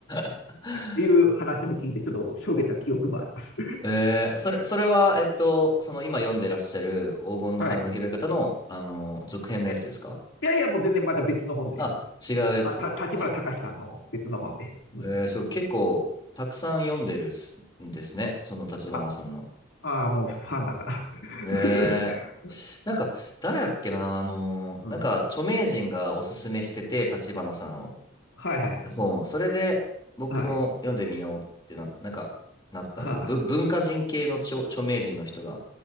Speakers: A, on the left (about 20°); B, on the left (about 75°).
A: <laughs>
B: ていう話も聞いて、ちょっとしょげた記憶もあります。
A: えー、それ、それは、えっと、その今読んでらっしゃる黄金の羽の拾い方の、
B: はい。
A: あの、続編のやつですか
B: いや、いやいや、もう全然まだ別の本で。
A: あ、違うやつ。
B: あ、た、立花隆さんの別の本で。
A: あ、
B: うん。
A: えー、すごい、結構、たくさん読んでるすんですね、その立花さんの。
B: あ、ああもうファンだから。<laughs>
A: えー、なんか、誰だっけな、あの、
B: うん。
A: なんか、著名人がおすすめしてて、立花さんを。
B: はいはい。
A: 本を、それで僕も読んでみようってな、
B: はい。
A: なんか、なったんですぶ文文化人系の著、
B: はい。
A: 著名人の人が、